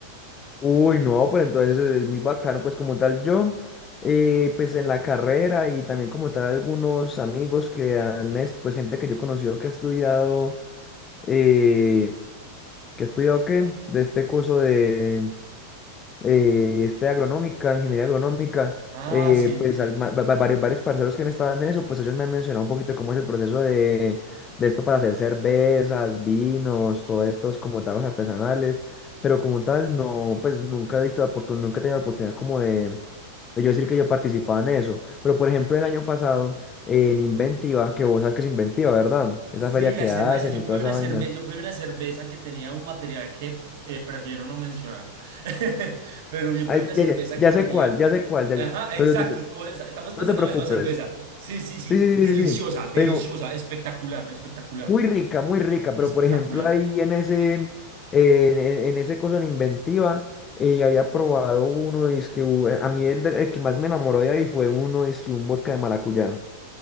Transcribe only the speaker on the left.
Uy, no, pero entonces es muy bacano, pues como tal yo, eh, pues en la carrera y también como tal algunos amigos que han, es- pues gente que yo he conocido que ha estudiado. eh, ¿Qué he estudiado qué? De este curso de eh, este agronómica, ingeniería agronómica,
eh,
pues
al- ma- va- va- varios, varios parceros que han estado en eso, pues ellos me han mencionado un poquito de cómo es el proceso de, de esto para hacer cervezas, vinos, todos estos como tragos artesanales, pero como tal, no, pues nunca he visto la oportunidad, nunca he tenido la oportunidad como de, de yo decir que yo participaba en eso. Pero por ejemplo, el año pasado, eh, en Inventiva, que vos sabes que es Inventiva, ¿verdad? Esa
feria
que
hacen
y
toda esa
vaina.
Ay,
ya,
ya, ya
sé cuál, ya sé cuál, ya,
ya.
No, no, no, no,
no te preocupes.
Sí, sí,
sí, sí, sí.
Pero
muy rica, muy rica. Pero
por ejemplo, ahí en ese, eh, en, en- en ese coso en Inventiva, eh, había probado uno, que a mí el, de- el que más me enamoró de ahí fue uno, que un vodka de maracuyá.